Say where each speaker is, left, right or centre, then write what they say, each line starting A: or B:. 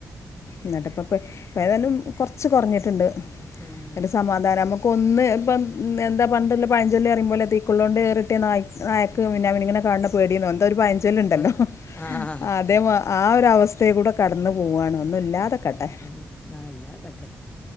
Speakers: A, on the left; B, on the left.
A: എന്നിട്ട് ഇപ്പോ ഇപ്പ ഏതായാലും കുറച്ച് കുറഞ്ഞിട്ടുണ്ട് ഇന്നിട്ട്
B: ആഹ്
A: സമാധാനം നമു കൊന്ന് ഇപ്പം എന്താ പണ്ടൊല്ല പഴഞ്ചൊല്ലറുയുംമ്പോലെ തീക്കുള്ള കൊണ്ട് കേറിട്ട് ന നായക്ക് പിന്നെ മിന്നാമിനി ങ്ങാണ്ട് പേടിന്ന് എന്തോരു പയഞ്ചേല് ഉണ്ടല്ലോ
B: ആഹ് ആഹ്
A: അതേ മാ ആ ഒരു അവസ്ഥേ കൂടെ കടന്നു പോവാണ് ഒന്നും ഇല്ലാതിക്കട്ടെ
B: ആഹ് ഇല്ലാകാട്ടെ